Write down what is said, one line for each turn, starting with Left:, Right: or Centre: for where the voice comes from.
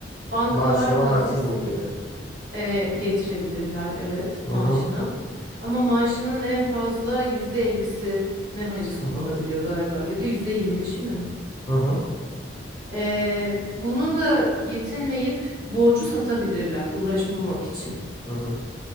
Right: bankalar
Left: Maaşıma
Right: haciz
Left: haciz mi gelir?
Right: E, getirebilirler evet
Left: Hı
Right: maaşına.
Left: hı.
Right: Ama maaşının en fazla %50'si ne haciz konulabiliyor
Left: Hı hı.
Right: galiba ya da yüzde yirmi beşi mi?
Left: Hı hı.
Right: E, bunun da yetinmeyip borcu satabilirler uğraşmamak için.
Left: Hı hı.